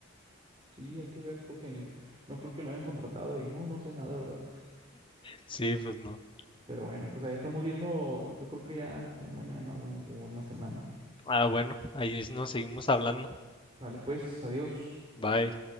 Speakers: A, on the right; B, on the left.
A: Sí, hay que ver porque n- no creo que lo hayan contratado y no, no sé nada, ¿verdad?
B: Sí, pues no.
A: Pero bueno, pues ahí estamos viendo, yo creo que ya, ya mañana o, o en la semana.
B: Ah, bueno, ahí nos seguimos hablando.
A: Dale, pues, adiós.
B: Bye.